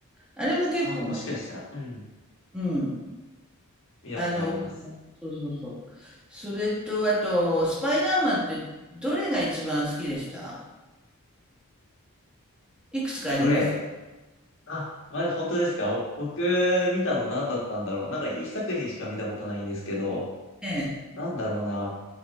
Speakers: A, in the centre; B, on the left.
A: あれも結構面白い。
B: ああ、もしかしたら、うん、
A: うん。
B: 見たことあります。
A: あの、そうそうそう。それと、あと、スパイダーマンってどれが一番好きでしたいくつかありますよ。
B: どれあ、まだ本当ですか僕、見たの何だったんだろう。なんか一作品しか見たことないんですけど、
A: ええ。
B: なんだろうな。